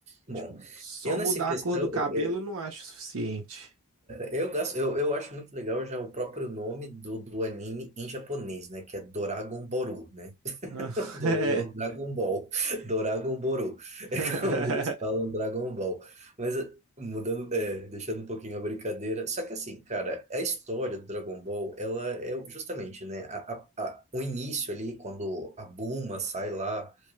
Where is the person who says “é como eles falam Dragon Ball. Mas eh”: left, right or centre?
Right